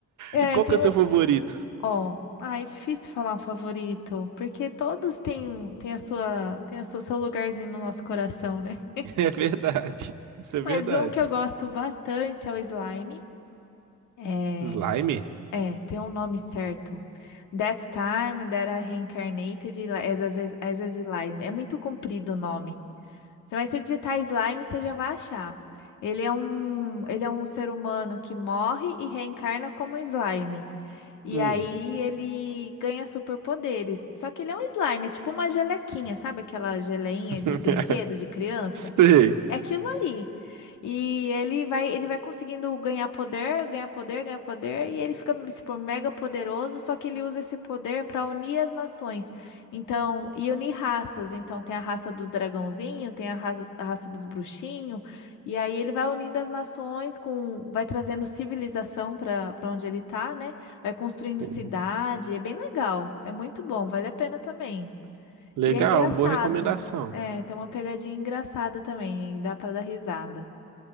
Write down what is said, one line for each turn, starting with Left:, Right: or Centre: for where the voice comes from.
Left: É,
Right: E qual
Left: tem
Right: que é o seu
Left: um.
Right: favorito? <laughs>
Left: Ó, ah, é difícil falar um favorito, porque todos têm, um- têm a sua, têm o seu lugarzinho no nosso coração, né?
Right: É verdade,
Left: <laughs>
Right: isso é
Left: Mas
Right: verdade.
Left: um que eu gosto bastante é o Slime. É,
Right: Slime?
Left: é, tem um nome certo. That Time That I Reincarnated as, as, as, a Slime. É muito comprido o nome. Você vai se digitar slime, você já vai achar. Ele é um, ele é um ser humano que morre e reencarna como slime. E
Right: Hum.
Left: aí ele ganha superpoderes. Só que ele é um slime, é tipo uma gelequinha, sabe aquela geleinha
Right: <laughs>
Left: de brinquedo de criança?
Right: Sei.
Left: É aquilo ali. E ele vai, ele vai conseguindo ganhar poder, ganhar poder, ganhar poder, e ele fica, tipo, mega poderoso, só que ele usa esse poder para unir as nações. Então, e unir raças. Então, tem a raça dos dragãozinhos, tem a raça, a raça dos bruxinhos, e aí ele vai unindo as nações com, vai trazendo civilização para para onde ele tá, né? Vai construindo
Right: Uhum.
Left: cidade, é bem legal, é muito bom, vale a pena também.
Right: Legal,
Left: E é engraçado.
Right: uma boa recomendação.
Left: É, tem uma pegadinha engraçada também, e dá pra dar risada.